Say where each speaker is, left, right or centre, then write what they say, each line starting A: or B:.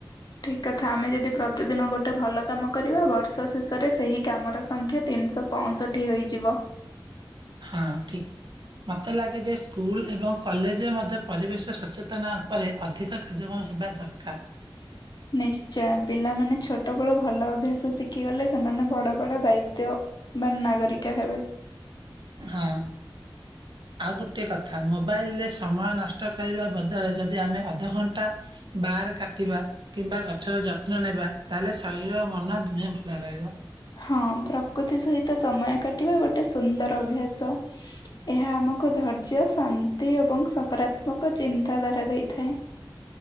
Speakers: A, on the left; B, on the right.
A: ଠିକ୍ କଥା ଆମେ ଯଦି ପ୍ରତିଦିନ ଗୋଟେ ଭଲ କାମ କରିବା ବର୍ଷ ଶେଷରେ ସେହି କାମର ସଂଖ୍ୟା ତିନିଶ ପଅଷଠି ହେଇଯିବ।
B: ହଁ ଠିକ୍। ମତେ ଲାଗେ ଯେ ସ୍କୁଲ ଏବଂ କଲେଜରେ ମଧ୍ୟ ପରିବେଶ ସଚେତନ ଉପରେ ଅଧିକ କାର୍ଯ୍ୟକମ ହେବା ଦରକାର୍।
A: ନିଶ୍ଚୟ ପିଲାମାନେ ଛୋଟ ବେଳୁ ଭଲ ଅଭ୍ୟାସ ଶିଖିଗଲେ ସେମାନେ ବଡ଼ ବଡ଼ ଦାୟିତ୍ଵ ବା ନାଗରିକା ହେବେ।
B: ହଁ। ଆଉ ଗୋଟିଏ କଥା ମୋବାଇଲରେ ସମୟ ନଷ୍ଟ କରିବା ବଦଳରେ ଯଦି ଆମେ ଅଧଘଣ୍ଟା ବାଆରେ କାଟିବା କିମ୍ବା ଗଛର ଯତ୍ନ ନେବା ତାହେଲେ ଶରୀର ଓ ମନ ଦୁହେଁ ଭଲ ରହିବ।
A: ହଁ ପ୍ରକୃତି ସହିତ ସମୟ କାଟିବା ଗୋଟେ ସୁନ୍ଦର ଅଭ୍ୟାସ। ଏହା ଆମକୁ ଧୈର୍ଯ୍ୟ ଶାନ୍ତି ଏବଂ ସକାରାତ୍ମକ ଚିନ୍ତା ଧାରା ଦେଇଥାଏ।